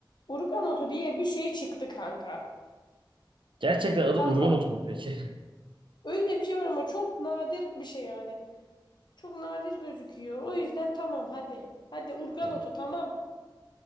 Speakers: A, on the left; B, on the right.
A: Urgan otu diye bir şey çıktı kanka.
B: Gerçekten adı
A: Tamam.
B: Urgan otu mu peki?
A: Öyle bir şey var ama çok nadir bir şey yani. Çok nadir gözüküyor. O yüzden tamam hadi. Hadi
B: <laughs>
A: urgan
B: Tamam.
A: otu tamam.